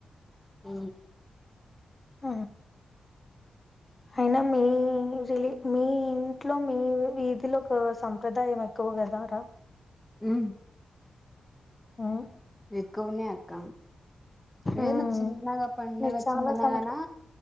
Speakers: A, in the centre; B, on the left.
A: ఆ
B: హ అయినా మీలీ మీ ఇంట్లో మీ వీధిలో ఒక సంప్రదాయం ఎక్కువ కదారా
A: ఉ
B: ఉమ్
A: ఎక్కువనే అక్క ఏదన్నా
B: ఉమ్,
A: చిన్నగా పడుగ
B: మీరు చాలా
A: చిన్ననగానా
B: సంప్ర